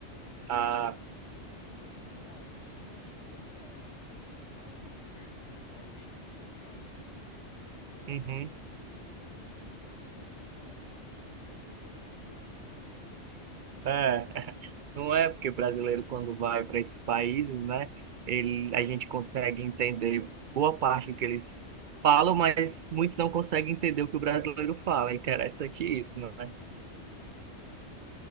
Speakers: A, on the left; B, on the right.
A: Conhecimento
B: Ah,
A: básico. Acho que eu conseguiria me virar, assim, mas se fosse para aprofundar uma conversa com alguém local, assim, eu
B: uhum,
A: acho que talvez eu é, falaria um, uma espécie de um portunhol, assim, <laughs> se é que isso existe.
B: é. <laughs> Não é porque brasileiro, quando vai para esses países, né? Ele, a gente consegue entender boa parte do que eles falam, mas muitos não conseguem entender o que o brasileiro fala. É interessante isso, não é?
A: Ah, bacana.